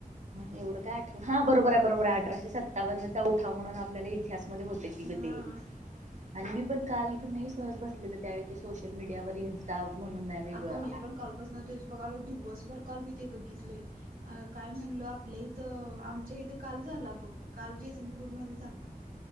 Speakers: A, on the right; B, on the right.
A: एवढं काय आठव हा बरोबर आहे बरोबर अठराशे सत्तावन्नचा उठव म्हणून आपल्याला इतिहास. मध्ये होत की ग
B: हा
A: ते. आणि मी पण काल घ सर बसलेलं त्यावेळी ते सोशल मीडियावर इन्. म्हणून नाही. वेगळं
B: अगं मी पण कालपास नव्हतेोच बघालो दिवसभर काल मी ते बघितलय. अ काय म्हणल आपल्या इथं आमच्या इथं काल झाला बघ. काल जयसिंगपूरमध्येध्ये झाला.